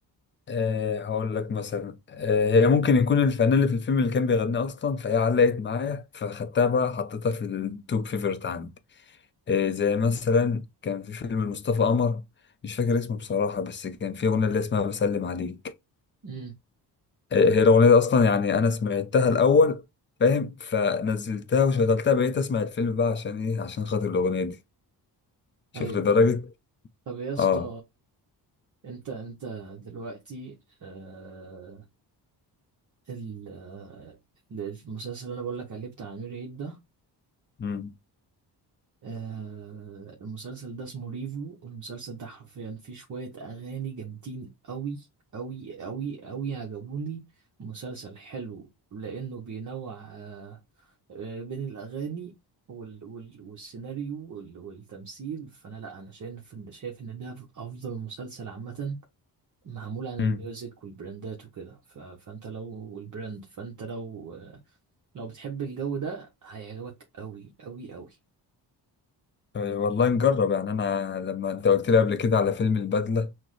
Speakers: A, on the left; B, on the right.
A: أه هقول لك مثلا أه هي ممكن يكون الفنان اللي في الفيلم اللي كان بيغنيه اصلا فهي علقت معايا فخدتها بقى حطيتها في التوب فيفرت عندي أه زي مثلا كان في فيلم مصطفى قمر مش فاكر اسمه بصراحة بس كان في أغنية اللي اسمها بسلم عليك
B: امم
A: أه هي الأغنية دي أصلا يعني أنا سمعتها الأول فاهم فنزلتها وشغلتها بقيت أسمع الفيلم بقى عشان إيه عشان خاطر الأغنية دي شوف
B: ايوه
A: لدرجة
B: طب يا اسطى
A: آه
B: انت انت دلوقتي آه ال- آه، المسلسل اللي انا بقول لك عليه بتاع امير عيد ده
A: مم.
B: آه المسلسل ده اسمه ريفو والمسلسل ده حرفيا فيه شوية أغاني جامدين أوي أوي أوي أوي عجبوني مسلسل حلو لأنه بينوع آه آه، بين الأغاني وال وال والسيناريو وال والتمثيل فأنا لأ أنا شايف إن شايف إن ده أفضل مسلسل عامة معمول عن
A: مم.
B: الميوزك والبراندات وكده ف فأنت لو والبراند فأنت لو آه، لو بتحب الجو ده هيعجبك أوي أوي أوي
A: أه، والله نجرب يعني انا لما انت قلت لي قبل كده على فيلم البدلة